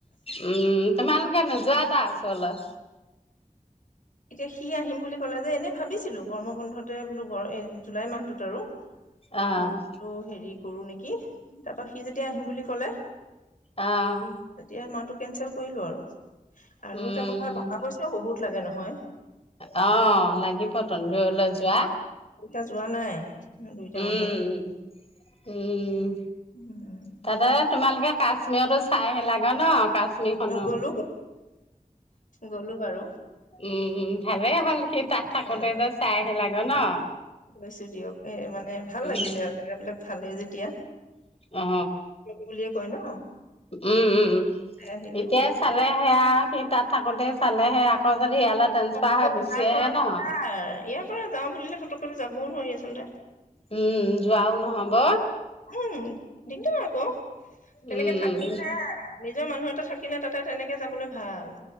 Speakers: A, on the left; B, on the left.
A: উম তোমালোকে নোযোৱা তটা চলত
B: এতিয়া সি আহিম বুলি ক'লে যে এনে ভাবিছিলো কৰ্ম বন্ধতে বোলো জুলাই মাহটোত আৰু
A: অ'
B: মই হেৰি কৰো নেকি কি তাৰ পৰা সি যেতিয়া আহিম বুলি কলে
A: আহ
B: তেতিয়া মাহটো কেনচেল কৰিলো আৰু আৰু
A: উম
B: এটা কথা টকা পইচাও বহুত লাগে নহয়
A: অ লাগিব তন্দলৈ যোৱা
B: এতিয়া যোৱা নাই দুইটা
A: উম
B: মানুহ
A: উম
B: উম
A: তদ তোমালোকে কাশ্মীৰতো চাই আহ লাগে ন কাশ্মীৰখনো
B: অ গ'লো। গ'লো বাৰু
A: উম ভালে হ'ল সি তাত থাকোতে
B: অ
A: যে চাই আহিল লাগে। গ না
B: গৈছো দিয়ক এ মানে ভাল
A: উম
B: লাগিছে আৰু জেগাবলাক ভালেই যেতিয়া
A: অ
B: বুলিয়ে কয় ন
A: উম উম
B: আহিলো
A: এতিয়াই
B: সেইটো
A: চালে
B: কাৰণে।
A: সেয়া সি তাত থাকোতে চ । চালেহে আকৌ যদি ইয়ালৈ ট্ৰেন্সফাৰ
B: মত
A: হৈ
B: কৈ ইয়াৰ
A: গুচি আহে
B: পৰাাৰ
A: ন
B: ইয়াৰ পৰা যাওঁ বুলিলে। ফটককৈ যাবও নোৱাৰি আচলতে
A: উম যোৱা আৰু নহ'ব।
B: উম দিংট কৌ তেনেকে
A: উম
B: থাকিলে নিজৰ মানুহতে থাকিলে তাতে তেনেকে যাবলৈ ভাল